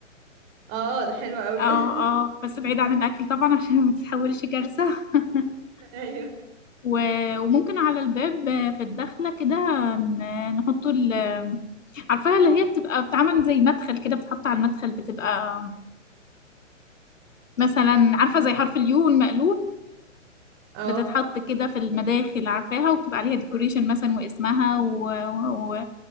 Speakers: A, on the right (about 25°); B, on the left (about 75°).
A: اه ده حلو قوي
B: اه
A: ده <laughs>
B: اه بس بعيد عن الأكل طبعا عشان ما تتحولش كارثة <laughs>
A: ايوه
B: و- وممكن على الباب آه، في الدخلة كده ن- نحط ال عارفاها اللي هي بتبقى بتعمل زي مدخل كده بتحط على المدخل بتبقى مثلا عارفة زي حرف اليو المقلوب
A: اه
B: بتتحط كده في المداخل عارفاها وبتبقى عليها ديكوريشن مثلا واسمها و- و-